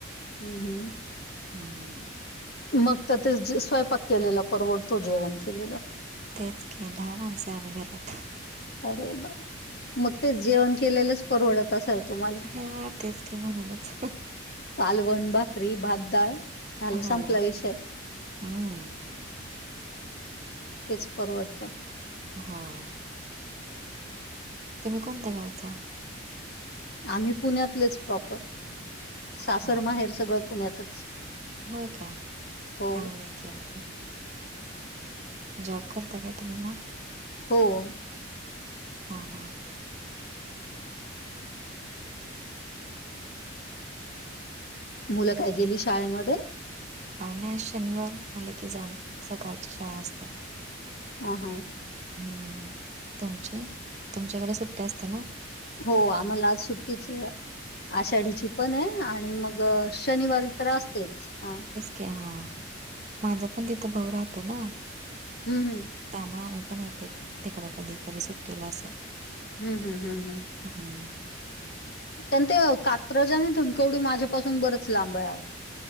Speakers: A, on the left; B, on the right.
A: हम्म हं.
B: हम्म.
A: मग तर तेच स्वयंपाक केलेला परवडतो, जेवण केलेलं.
B: तेच की दहा माणसं आम्ही घरात.
A: अरे बघ, मग ते जेवण केलेलंच परवडत असल तुम्हाला.
B: हां तेच काी म्हणूनच.
A: कालवण भाकरी भातदाळ झालं
B: हो
A: संपला विषय
B: हं.
A: तेच परवडतं.
B: हा... तुम्ही कोणता गावचाय.
A: आम्ही पुण्यातलेच प्रॉपर
B: हां
A: सासर
B: हां
A: माहेर सगळं पुण्यातच
B: होय काय
A: हो,
B: चांगलंय की मग जॉब करता काय तुम्ही मग
A: हो....
B: हा हा
A: मुलं काय गेली शाळे मध्ये
B: आवो नाय शनिवार आले की जाऊन सकाळची शाळा असते.
A: हा हा
B: हम तुमची तुमच्याकडे सुट्टी असते ना
A: हो आम्हाला आज सुट्टीच
B: हं.
A: आषाढीची पण आहे आणि मग शनिवारी तर असतेच ह.
B: के हा माझा पण तिथं भाऊ राहतो ना
A: हम हम..
B: त्यामुळे आम्ही पण येतंय तिकडं कधी तरी सुट्टीला असं.
A: हम हम हम हम
B: हम.
A: पण ते कात्रज आणि धूमकवडी माझ्यापासून बरच लांब आहे आहो